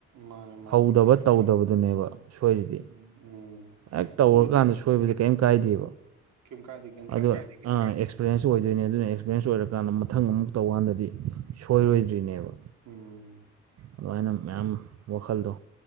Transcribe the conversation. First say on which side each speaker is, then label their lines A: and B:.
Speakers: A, on the right; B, on the right.
A: ꯃꯥꯅꯦ ꯃꯥꯅꯦ
B: ꯍꯧꯗꯕ ꯇꯧꯗꯕꯗꯨꯅꯦꯕ ꯁꯣꯏꯔꯤꯗꯤ
A: ꯎꯝ ꯎꯝ
B: ꯍꯦꯛ ꯇꯧꯔꯀꯥꯟꯗ
A: ꯁꯣꯏꯗꯅ
B: ꯁꯣꯏꯕꯗꯤ ꯀꯩꯝ ꯀꯥꯏꯗꯦꯕ
A: ꯀꯩꯝ ꯀꯥꯏꯗꯦ ꯀꯩꯝ ꯀꯥꯏꯗꯦ
B: ꯑꯗꯨ
A: ꯑꯗꯨꯗꯤ
B: ꯑ ꯑꯦꯛꯁ ꯄꯔꯦꯟꯁ ꯑꯣꯏꯗꯣꯏꯅꯦ ꯑꯗꯨꯅ ꯑꯦꯛꯁꯄꯔꯦꯟꯁ ꯑꯣꯏꯔꯀꯥꯟꯗ ꯃꯊꯪ ꯑꯃꯨꯛ ꯇꯧꯀꯥꯟꯗꯗꯤ ꯁꯣꯏꯔꯣꯏꯗ꯭ꯔꯤꯅꯦꯕ
A: ꯎꯝ
B: ꯑꯗꯨꯝꯃꯥꯏꯅ
A: ꯑꯗꯨ
B: ꯃꯌꯥꯝ ꯋꯥꯈꯜꯗꯣ